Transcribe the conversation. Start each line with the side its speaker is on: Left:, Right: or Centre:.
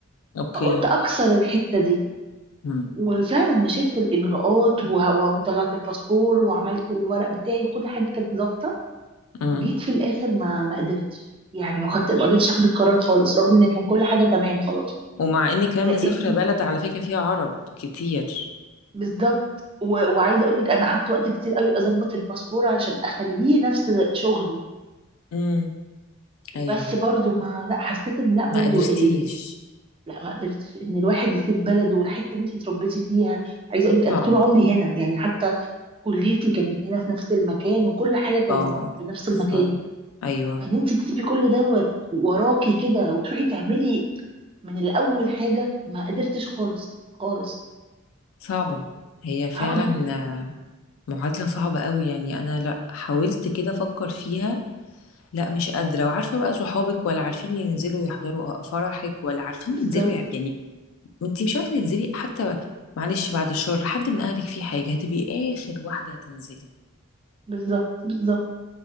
Left: اوكي
Right: فقلت اكسر الحته دي
Left: مم.
Right: وفعلا مشيت في الاجراءات و... وطلعت الباسبور وعملت الورق بتاعي كل حاجه كانت ظابطه
Left: مم.
Right: جيت في الاخر ما ما قدرتش يعني ما خدت ما قدرتش اخد القرار خالص رغم ان كان كل حاجه تمام خلاص
Left: ومع اني كمان
Right: لقيت
Left: مسافره بلد على فكره فيها عرب كتير
Right: بالظبط و... وعايزه اقول لك انا قعدت وقت كتير قوي اظبط الباسبور علشان اخليه نفس شغلي
Left: مم. ايوه
Right: بس برضو ما لا حسيت ان لا برضو
Left: ما قدرتيش
Right: ال... لا ما قدرتش ان الواحد يسيب بلده والحته اللي انت اتربيتي فيها عايزه اقول لك انا
Left: صعب
Right: طول عمري هنا يعني حتى كليتي كانت هنا في نفس المكان وكل حاجه كانت
Left: اه
Right: في نفس المكان
Left: صعب ايوه
Right: فان انت تسيبي كل دوت وراكي كده وتروحي تعملي من الاول حاجه ما قدرتش خالص خالص
Left: صعبه هي فعلا
Right: هوا جيت
Left: معادلة صعبة قوي يعني أنا لأ حاولت كده أفكر فيها لأ مش قادرة وعارفة بقى صحابك ولا عارفين ينزلوا يحضروا فرحك ولا عارفين
Right: بالظبط
Left: ينزلوا ي- يعني أنتي مش عارفة تنزلي حتى معلش بعد الشر حد من أهلك فيه حاجة هتبقي آخر واحدة هتنزلي
Right: بالظبط بالظبط